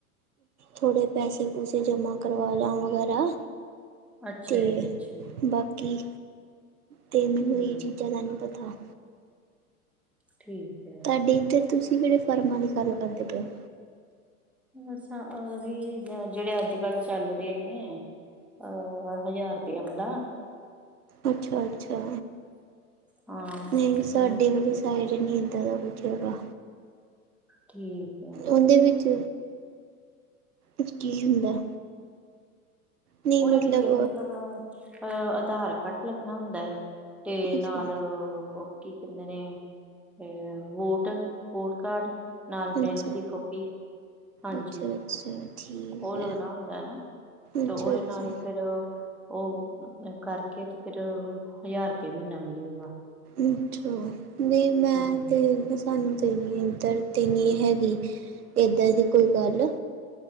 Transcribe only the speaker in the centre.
ਅੱਛਾ
ਜੀ, ਅੱਛਾ ਜੀ
ਹਮ
ਠੀਕ ਏ।
ਬੱਸ ਅਸਾ ਅਰੀਲ, ਜਿਹੜੇ ਅੱਜ ਕੱਲ੍ਹ ਚੱਲ ਰਹੇ ਨੇ। ਅ ਹਜਾਰ ਰੁਪਇਆ ਵਾਲਾ।
ਹਾਂ ਹਾਂ,
ਹਜ਼ਾਰ ਰੁਪਏ
ਵਾਲਾ
ਫਾਰਮ
ਠੀਕ। ਹੈ
ਉਹਦੇ
ਵਿੱਚ ਮਤਲਬ ਅ ਆਧਾਰ ਕਾਰਡ ਲੱਗਣਾ ਹੁੰਦਾ ਐ। ਤੇ ਨਾਲ
ਔ। ਕੀ ਕਹਿੰਦੇ ਨੇ, ਇਹ ਵੋਟ, ਵੋਟ ਕਾਰਡ ਨਾਲ
ਬੈਂਕ ਦੀ ਕਾਪੀ, ਹਾਂਜੀ
ਉਹ
ਲੱਗਣਾ ਹੁੰਦਾ ਹੈਨਾ।
ਉਹਦੇ
ਨਾਲ ਫਿਰ। ਉਹ ਕਰਕੇ ਤੇ, ਫਿਰ ਹਜ਼ਾਰ ਰੁਪਏ ਮਹੀਨਾ ਮਿਲੇਗਾ।
ਹੂੰ